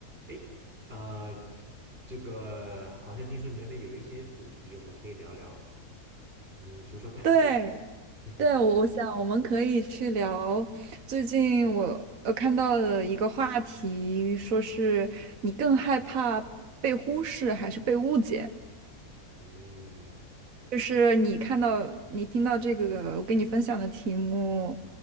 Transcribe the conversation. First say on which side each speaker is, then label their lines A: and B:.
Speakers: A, on the right (about 40°); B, on the right (about 60°).
A: 诶，呃，这个好像听说你那边有一些主题，我们可以聊聊，你说说看。
B: 对
A: <laughs> 哼哼，
B: 对，我我想我们可以去聊最近我呃看到的一个话题，说是你更害怕被忽视还是被误解？
A: 嗯，
B: 就是你看到你听到这个我给你分享的题目，